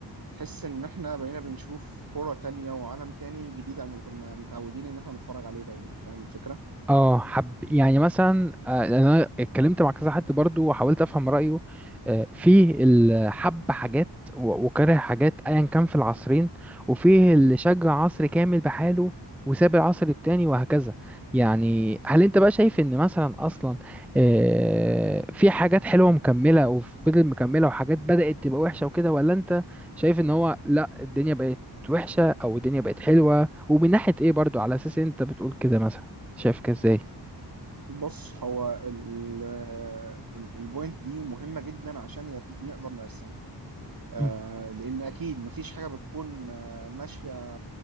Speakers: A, on the right; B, in the centre.
A: تحس إن إحنا بقينا بنشوف كرة تانية وعالم تاني جديد عن اللي كنا متعودين إن إحنا نتفرج عليه دايما فاهم الفكرة؟
B: اه حب يعني مثلا آه، يعني انا اتكلمت مع كذا حد برضو وحاولت افهم رايه آه، في الحب حاجات و- وكره حاجات ايا كان في العصرين وفيه
A: مم.
B: اللي شجع عصر كامل بحاله وساب العصر التاني وهكذا يعني هل انت بقى شايف ان مثلا اصلا آه، في حاجات حلوة مكملة وفضل مكملة وحاجات بدأت تبقى وحشة وكده ولا انت شايف ان هو لا الدنيا بقت وحشة او الدنيا بقت حلوة ومن ناحية ايه برضو على اساس انت بتقول كده مثلا شايفك ازاي
A: بص هو ال- ال- البوينت دي مهمة جدا عشان يت- نقدر نقسمها آه،
B: مم.
A: لان اكيد مفيش حاجه بتكون آه، ماشيه